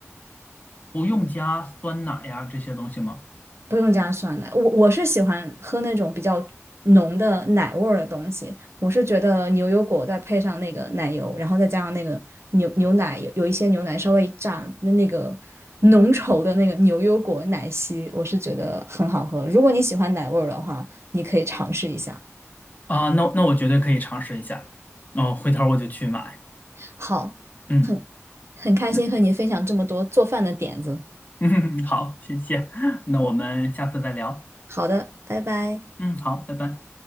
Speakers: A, on the left; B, on the right.
A: 不用加酸奶呀这些东西吗？
B: 不用加酸奶，我我是喜欢喝那种比较浓的奶味儿的东西。我是觉得牛油果再配上那个奶油，然后再加上那个牛牛奶，有有一些牛奶稍微一炸，那那个浓稠的那个牛油果奶昔，我是觉得很好喝。如果你喜欢奶味儿的话，你可以尝试一下。
A: 啊，那那我绝对可以尝试一下，哦，回头我就去买。
B: 好，
A: 嗯。
B: 很很开心和你分享这么多做饭的点子。
A: <laughs> 嗯，好，谢谢，那我们下次再聊。
B: 好的，拜拜。
A: 嗯，好，拜拜。